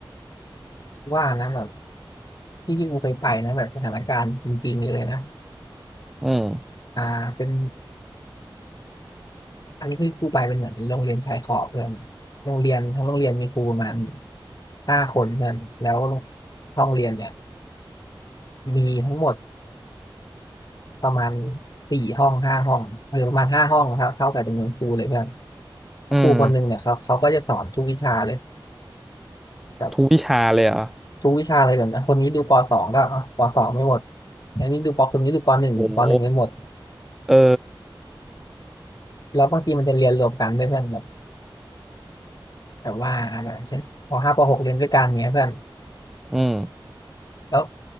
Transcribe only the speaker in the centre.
อืม
อืม
ทุกวิชาเลยเหรอ
โอ้โหเออ
อืม